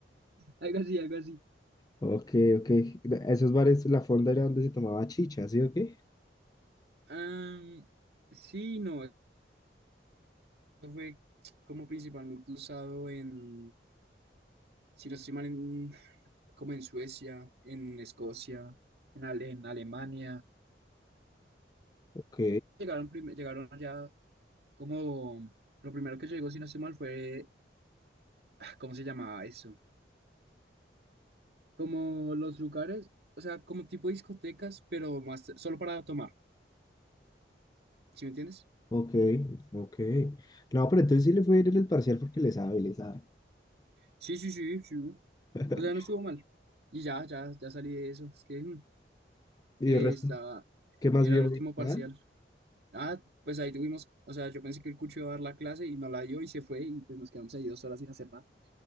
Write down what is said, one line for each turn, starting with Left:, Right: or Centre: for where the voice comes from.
Right: Algo así, algo así.
Left: Ok, ok. Esos bares, la fonda era donde se tomaba chicha, ¿sí o qué?
Right: Am, sí, no, eso fue como principalmente usado en, si no estoy mal, en- como en Suecia, en Escocia, en, Ale- en Alemania.
Left: Ok,
Right: Llegaron, prim- llegaron allá como, lo primero que llegó, si no estoy mal, fue ah, ¿Cómo se llamaba eso? Como los lugares, o sea, como tipo discotecas, pero más solo para tomar, ¿sí me entiendes?
Left: ok, ok. No, pero entonces sí le fue bien en el parcial porque le sabe, le sabe.
Right: Sí, sí, sí, sí.
Left: <laughs>
Right: O sea, no estuvo mal. Y ya, ya, ya salí de eso. Es que mm,
Left: ¿Y
Right: eh,
Left: el resto?
Right: estaba,
Left: ¿Qué más
Right: era
Left: vio
Right: el último
Left: hoy?
Right: parcial.
Left: ¿Nada?
Right: Ah, pues ahí tuvimos, o sea, yo pensé que el cucho iba a dar la clase y no la dio y se fue y pues nos quedamos ahí dos horas sin hacer nada.